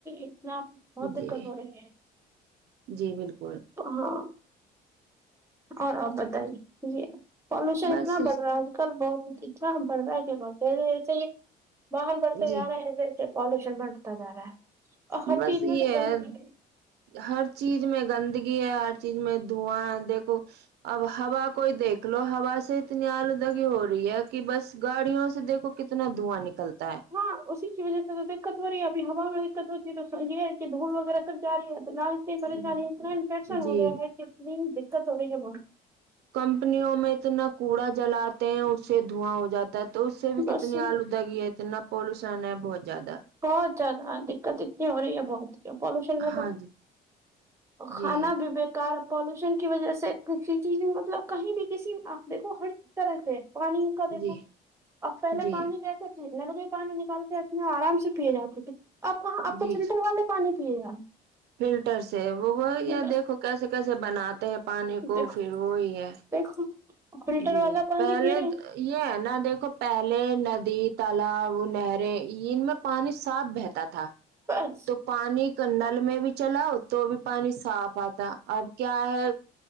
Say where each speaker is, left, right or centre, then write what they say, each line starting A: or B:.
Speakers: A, on the right (about 15°); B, on the right (about 75°).
A: اتنا بہت دقت
B: جی
A: ہو رہی ہے
B: جی بالکل
A: ہاں اور آپ بتائیے یہ پالوشن
B: بس
A: اتنا بڑھ رہا ہے آج کل بہت اتنا بڑھ رہا ہے کہ بہت زیادہ ایسے یہ واہن بڑھتے
B: جی
A: جا رہے ہیں جیسے پالوشن بنٹتا جا رہا ہے اور ہر
B: بس
A: چیز میں
B: یہ
A: تو
B: ہے
A: گندگی
B: ہر چیز میں گندگی ہے ہر چیز میں دھواں ہے دیکھو اب ہوا کوئی دیکھ لو ہوا سے اتنی آلودگی ہو رہی ہے کہ بس گاڑیوں سے دیکھو کتنی اتنا دھواں نکلتا ہے
A: ہاں اسی کی وجہ سے تو دقت ہو رہی ہے ابھی ہوا میں دقت ہوتی ہے تو یہ ہے کہ دھول وغیرہ سب جای ہے تو نہ اتنی
B: ہے
A: پریشانی اتنا انفیکشن
B: جی
A: ہو گیا ہے کتنی دقت ہو رہی ہے م
B: کمپنیوں میں اتنا کوڑا جلاتے ہیں اس سے دھواں ہو جاتا تو اس سے بھی
A: بس
B: کتنی آلودگی ہے اتنا پالوشن ہے بہت زیادہ
A: بہت زیادہ دقت اتنی ہو رہی ہے بہت پالوشن ہے
B: ہاں
A: تو
B: جی
A: کھانا
B: جی
A: بھی بیکار پالوشن کی وجہ سے کسی چیز مطلب کہیں بھی کسی آپ دیکھو ہر طرح سے پانی دیکھو
B: جی
A: اب پہلے
B: جی
A: پانی پس تھے ل لوگ یہ پانی نکال کے اتنے آرام سے پیے جاتے تھے اپاں آپ کو
B: جی
A: فلٹر
B: جی
A: والے پانی پیے جا
B: فلٹر سے وہ وہی
A: ہیں،
B: ہے
A: بس
B: دیکھو کیسے کیسے بناتے ہیں پانی کو
A: دیکھو
B: پھر وہی ہے
A: دیکھو فلٹر
B: جی
A: والا پانی
B: پہلے
A: پی رہے ہیں
B: یہ ہے نا دیکھو پہلے ندی تالاب نہریں ان میں پانی صاف بہتا تھا
A: پچ
B: تو پانی کنڈل میں بھی چلاؤ تو بھی پانی صاف آتا اب کیا ہے